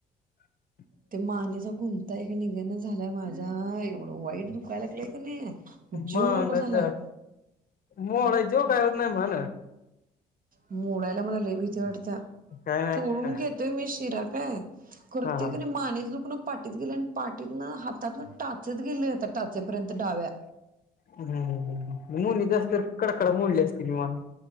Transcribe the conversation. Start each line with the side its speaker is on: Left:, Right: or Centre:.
Left: <unintelligible>
Right: ते मानेचा गुंता एक निघना झालाय माझ्या एवढं वाईट दुखाय लागलाय का नाही. जीव
Left: मग
Right: नको झालाय
Left: तर मोड जेव काय होत नाही मग.
Right: मोडायला मला लय भीती वाटत्या
Left: काय नाही
Right: तोडून घेतोय मी शिरा काय खुरती
Left: हा हा
Right: कनाय मानेच दुखण, पाठीत गेलंय आणि पाटीतन हातातन टाचत गेले आता टाचेपर्यंत डाव्या,
Left: हम् हं हम <unintelligible> कड कड मोडली आस्ती मी मान,